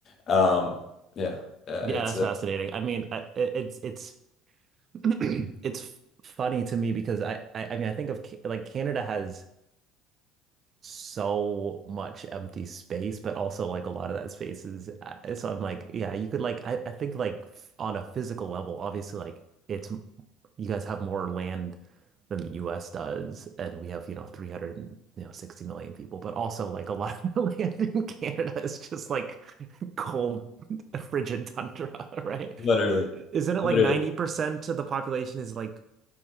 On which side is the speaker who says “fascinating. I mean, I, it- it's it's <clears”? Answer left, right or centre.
Right